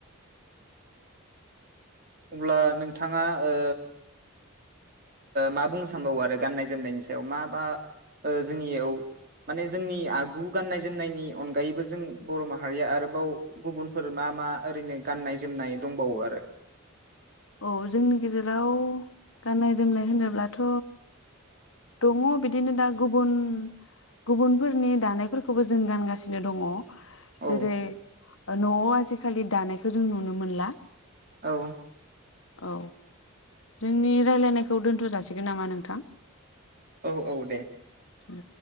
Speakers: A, on the right; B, on the left.
A: अब्ला नोंथाङा ओ मा बुंनो सानबावो आरो गान्नाय जोमनायनि सायाव मा बा ओ जोंनियाव माने जोंनि आगु गाननाय जोमनायनि अनगायैबो जों बर' माहारिया आरोबाव गुबुनफोर मा मा ओरैनो गान्नाय जोमनाय दंबावो आरो?
B: औ जोंनि गेजेराव गाननाय जोमनाय होनोब्लाथ' दङ बिदिनो दा गुबुन गुबुनफोरनि दानायफोरखौबो जों गानगासिनो दङ।
A: औ
B: जेरै न'आव आजिखालि दानायखौ जों नुनो मोनला।
A: औ।
B: औ जोंनि रायलायनायखौ दोनथ' जासिगोन नामा नोंथां?
A: औ औ दे।
B: औ।